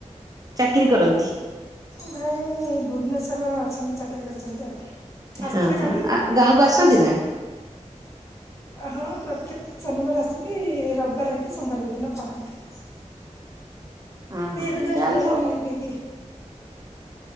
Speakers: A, on the right; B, on the left.
A: ଚାକିରୀ କରନ୍ତି।
B: ଭାଇ ଭୁବନେଶ୍ଵର ଅଛନ୍ତି ଚାକିରୀ କରିଛନ୍ତି ଆଉ। ଆସିଥିଲେ
A: ହଁ ହଁ
B: କାଲି।
A: ଆ ଗାଁକୁ ଆସନ୍ତି
B: ଏଇ ସ
A: ନା
B: ହଁ ପ୍ରତ୍ୟେକ ଶନିବାର ଆସିକି ରବିବାର ରହିକି ସୋମବାର ଦିନ ପଳାନ୍ତି।
A: ହଁ
B: ଏଇ
A: ହଁ
B: ଏବେ ଜଷ୍ଟ
A: ଯାହାହେଲେ
B: ଗଲେ
A: ସବୁ
B: ଖାଇ ପିଇକି।